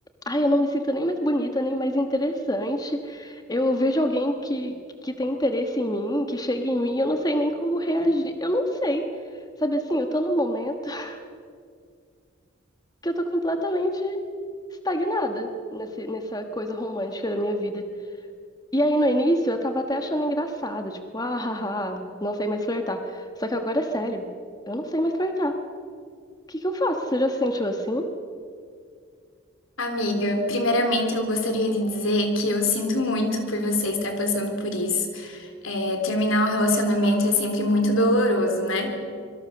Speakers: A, on the left (about 20°); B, on the left (about 75°).
A: Ai, eu não me sinto nem mais bonita, nem mais interessante. Eu vejo alguém que, que tem interesse em mim, que chega em mim, eu não sei nem como reagir. Eu não sei. Sabe assim, eu tô num momento <laughs> que eu tô completamente estagnada nesse, nessa coisa romântica da minha vida. E aí, no início, eu tava até achando engraçado, tipo, ah, haha, não sei mais flertar. Só que agora é sério, eu não sei mais flertar. O que que eu faço? Você já se sentiu assim?
B: Amiga, primeiramente eu gostaria de dizer que eu sinto muito por você estar passando por isso. É, terminar um relacionamento é sempre muito doloroso, né?